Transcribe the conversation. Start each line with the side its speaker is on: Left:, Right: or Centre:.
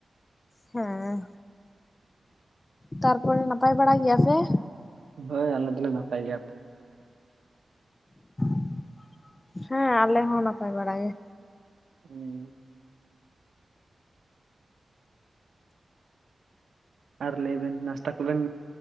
Left: ᱦᱮᱸ ᱛᱟᱨᱯᱚᱨᱮ ᱱᱟᱯᱟᱭ ᱵᱟᱲᱟ ᱜᱮᱭᱟ ᱯᱮ?
Right: ᱦᱳᱭ ᱟᱞᱮ ᱫᱚᱞᱮ ᱱᱟᱯᱟᱭ ᱜᱮᱭᱟ ᱾
Left: <inaudible> ᱦᱮᱸ ᱟᱞᱮ ᱦᱚᱸ ᱱᱟᱯᱟᱭ ᱵᱟᱲᱟ ᱜᱮ᱾
Right: ᱦᱩᱸ ᱟᱨ ᱞᱟᱹᱭ ᱵᱮᱱ ᱱᱟᱥᱛᱟ ᱠᱚᱵᱮᱱ